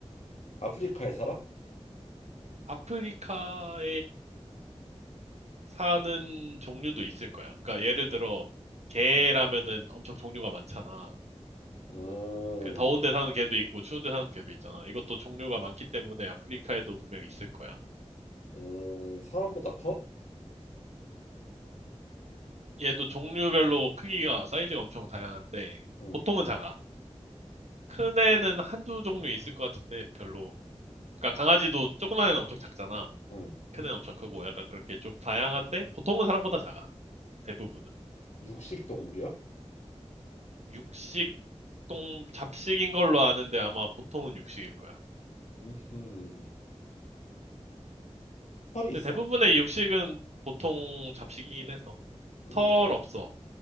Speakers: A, on the left; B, on the right.
A: 아프리카에 살아?
B: 아프리카에 사는 종류도 있을 거야. 그러니까 예를 들어 개라면은 엄청 종류가 많잖아.
A: 음,
B: 그 더운 데 사는 개도 있고 추운 데 사는 개도 있잖아. 이것도 종류가 많기 때문에 아프리카에도 분명히 있을 거야.
A: 음, 사람보다 커?
B: 얘도 종류별로 크기가 사이즈가 엄청 다양한데
A: 음.
B: 보통은 작아. 큰 애는
A: 어,
B: 한두 종류 있을 것 같은데 별로. 그러니까 강아지도 조그만 애는 엄청 작잖아.
A: 응.
B: 큰 애는 엄청 크고 약간 그렇게 좀 다양한데 보통은 사람보다 작아. 대부분은.
A: 육식 동물이야?
B: 육식 동 잡식인 걸로 아는데 아마 보통은 육식일 거야.
A: 음. 털이 있어?
B: 근데 대부분의 육식은 보통 잡식이긴 해서
A: 음.
B: 털 없어.